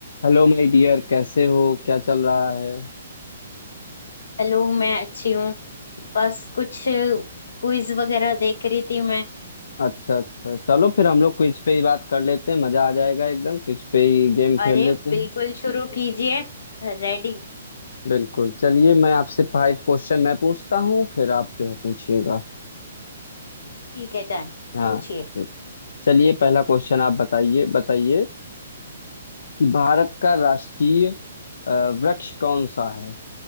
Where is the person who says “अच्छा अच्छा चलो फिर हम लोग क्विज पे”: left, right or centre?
Left